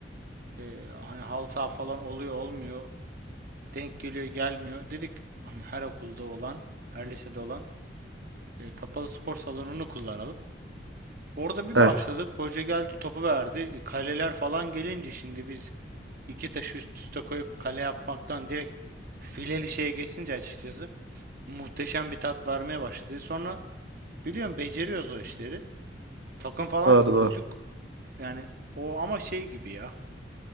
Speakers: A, on the right; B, on the right.
A: Ee, hani halı saha falan oluyor olmuyor. Denk geliyor gelmiyor. Dedik hani her okulda olan, her lisede olan e, kapalı spor salonunu kullanalım. Orada bir
B: Evet.
A: başladık. Hoca geldi topu verdi. E, Kaleler falan gelince şimdi biz iki taşı üst üste koyup kale yapmaktan direkt fileli şeye geçince açıkçası muhteşem bir tat vermeye başladı. Sonra biliyorum beceriyoruz o işleri. Takım falan
B: Doğru
A: kurduyduk.
B: doğru.
A: Yani o ama şey gibi ya.